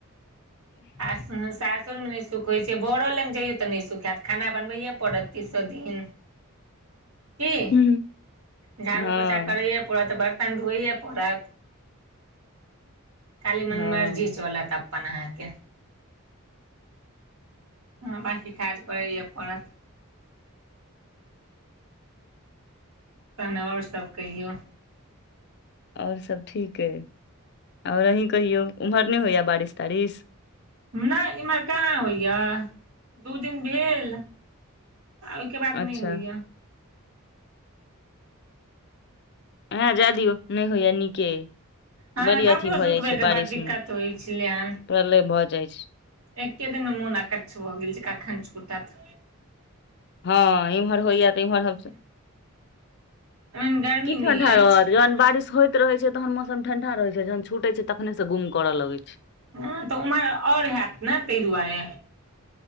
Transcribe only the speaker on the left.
<inaudible>
हम्म,
हँ
हँ
आओर सभ ठीक अइ आओर अहीं कहियौ ओम्हर नहि होइयै बारिश तारिश
अच्छा
ह जाय दियौ नहि होइयै नीके अइ
बड़ी
अथी भऽ
जाइ छै बारिश
मे
प्रलय भऽ जाइ छै
हँ एम्हर होइए तऽ इम्हर हम सब
की
ठण्डा रहत
जहन बारिश होइत रहे छै तहन मौसम ठंडा रहय छै जहन छूटे छै तखने से गुम करऽ लगै छै